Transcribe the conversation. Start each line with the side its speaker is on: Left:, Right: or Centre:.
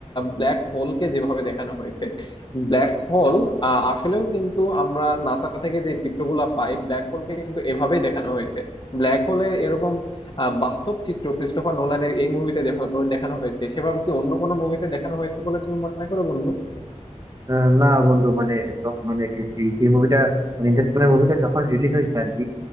Left: ব্ল্যাক হোলকে যেভাবে দেখানো হয়েছে ব্ল্যাক হোল আসলেও কিন্তু আমরা নাসা থেকে যে চিত্রগুলা পাই ব্ল্যাক হোলকে কিন্তু এভাবেই দেখানো হয়েছে ব্ল্যাক হোলের এরকম আহ, বাস্তব চিত্র ক্রিস্টোফার নোলানের এই মুভিতে দেখানো হয়েছে সেভাবে কি অন্য কোনো মুভিতে দেখানো হয়েছে বলে তুমি মনে করো বন্ধু
Right: আহ, না বন্ধু মানে তো- মানে কি- এই যে মুভিটা মানে ইন্টারস্টেলার মুভিটা যখন রিলিজ হয়েছে আর কি